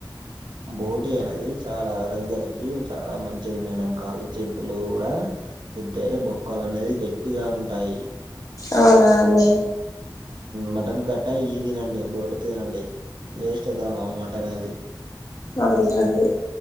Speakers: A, on the right; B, on the left.
A: బోటీ అనేది చాల ఆరోగ్యానికి చాల మంచిది మేడం కాళ్ళు చేతులు కూడ తింటే బొక్కలు అనేది గట్టిగ ఉంటాయి
B: అవునా అండి
A: మటన్ కంటే ఈ తినండి బోటి తినండి వెస్ట్ ఎ ద మటన్ ఆది
B: అవునా అండి